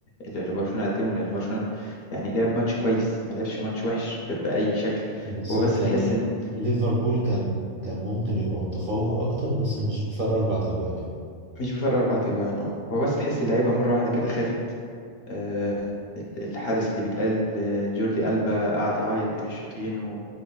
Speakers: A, on the left; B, on the right.
A: اللي اللي برشلونه قدمه لان برشلونه يعني لعب ماتش كويس ما لعبش ماتش وحش ب- باي شكل
B: بالظبط
A: هو بس تحس
B: يعني
A: ان
B: ليفربول كان كان ممكن يبقى متفوق أكتر بس مش بفرق أربع أجوال
A: مش بفرق اربع تجوان اه هو بس تحس اللعيبه مره واحده كده خافت آه، ال- الحدث اللي بيتقال آه، جوردي ألبا قعد يعيط بين الشوطين